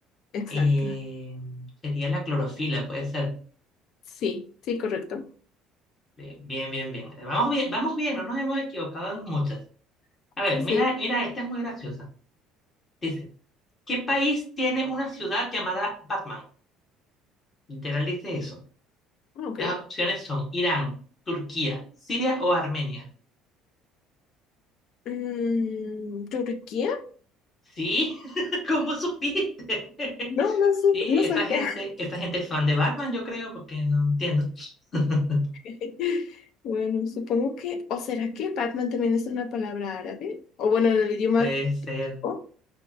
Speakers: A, on the left; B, on the left.
A: Exacto.
B: Eh, sería la clorofila, puede ser.
A: Sí, sí, correcto.
B: Eh, Bien, bien, bien. Eh, Vamos bien, vamos bien, no nos hemos equivocado en muchas. A ver,
A: Sí, sí,
B: mira, mira, esta es muy graciosa. Dice, ¿qué país tiene una ciudad llamada Batman? Literal dice eso.
A: ok.
B: Las opciones son Irán, Turquía, Siria o Armenia.
A: Mm, ¿Turquía?
B: Sí, <laughs> ¿cómo supiste? <laughs>
A: No, no, sab-
B: Sí,
A: no
B: esta
A: sabía.
B: gente, esta gente es fan de Batman, yo creo, porque no entiendo. <laughs>
A: <laughs> Bueno, supongo que, o será que Batman también es una palabra árabe, o bueno, en el idioma,
B: Puede ser,
A: oh,